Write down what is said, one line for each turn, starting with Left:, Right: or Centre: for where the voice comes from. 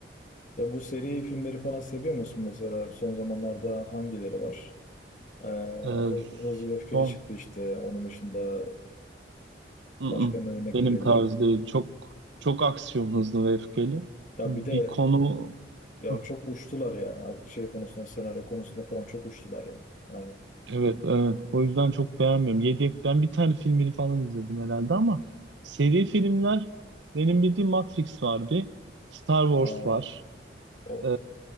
Left: ya bu seri filmleri falan seviyor musun mesela? Son zamanlarda hangileri var? Ee, Hı-
Right: E,
Left: Hızlı ve Öfkeli
Right: son
Left: çıktı işte. Onun dışında
Right: Mm-mm.
Left: başka ne örnek
Right: Benim
Left: verebilirim?
Right: tarzı değil. Çok çok aksiyon hızlı ve öfkeli.
Left: Ya
Right: Bir
Left: bir de
Right: konu
Left: ya
Right: Ah,
Left: çok uçtular ya. Şey konusunda, senaryo konusunda falan çok uçtular ya. Yani.
Right: Evet, evet. O yüzden çok beğenmiyorum. Yedi, ben bir tane filmini falan izledim herhalde ama seri filmler benim bildiğim Matrix var bir, Star Wars
Left: Aa,
Right: var.
Left: o,
Right: Ee,